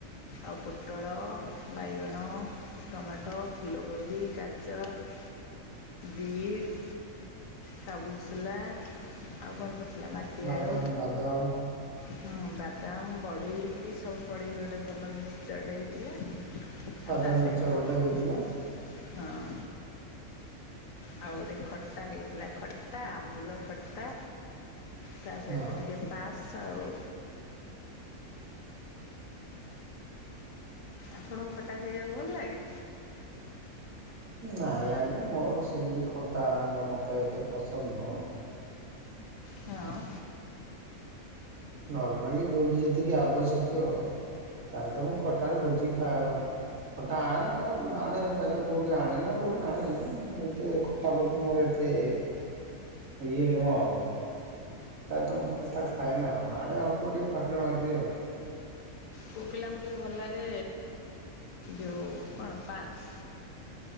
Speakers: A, on the left (about 65°); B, on the right (about 65°).
A: ଆଉ ପୋଟଳ, ବାଇଗଣ ଟମାଟୋ, ଫୁଲକୋବି, ଗାଜର, ବିଟ୍। କାବୁଲଶୋଲା ଆଉ କଣ ପଡ଼ିଥିଲା ମାଟିଆଳୁ
B: ବାଦାମ <inaudible>
A: ହଁ, ବାଦାମ, ବଡ଼ି ଏଇସବୁ ପଡ଼ିକି ଗୋଟେ ଭଲ ମିକ୍ସଚର୍ ଟେ ହେଇଥିଲା।
B: ସାଧା
A: ଆଉ ତାସହିତ
B: ମିକ୍ସଚର ଗୋଟେ
A: ହଁ।
B: ହେଇଥିଲା
A: ଆଉ ଗୋଟେ ଖଟା ହେଇଥିଲା, ଖଟା ଆମ୍ବୁଲ ଖ ଖଟା ତା ସହିତ
B: ହଁ।
A: ଟିକେ ପାସ୍ ଆଉ ଆପଣଙ୍କୁ ଖଟା ଖାଇବାକୁ ଭଲ ଲାଗେ?
B: ନାଇଁ ଆଜ୍ଞା ମୋର ସେମିତି ଖଟା ଆମ୍ବୁଲୁ ମତେ ଏତେ ପସନ୍ଦ ନୁହଁ।
A: ହଁ।
B: ନର୍ମାଲି ଯୋଉଠି ଯେତିକି ଆବଶ୍ୟକୟ ନାହିଁତ ମୁଁ ଖଟାରେ ଭୋଜିି ଖା ଖଟା ଆଣେ ପ୍ରାୟତଃ ଆଣେ ନା କୋଉଠି ଆଣେ। ଖଟା ପ୍ରତି ମୋର ଏତେ ଇଏ ନୁହଁ ଆଉ। ପ୍ରାୟତଃ ମୁଁ ଖଟା ଖାଏନା ଆଣେ ଅଳ୍ପ ଟିକେ ପାଟିରେ ମାରିଦିଏ ଆଉ।
A: ପୁଅ ପିଲାଙ୍କୁ ଟିକେ ଭଲ ଲାଗେ ଯୋଉ କଣ ପାସ୍।